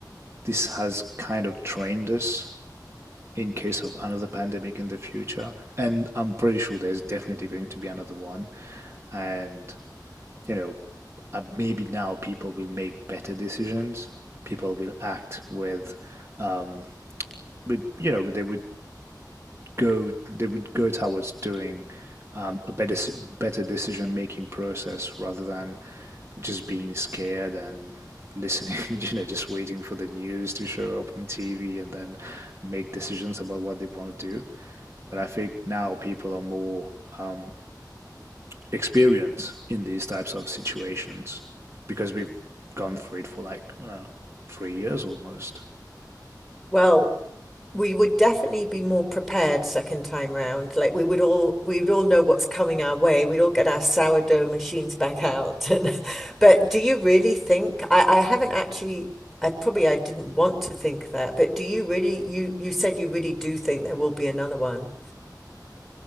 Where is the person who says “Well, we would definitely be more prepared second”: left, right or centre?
Centre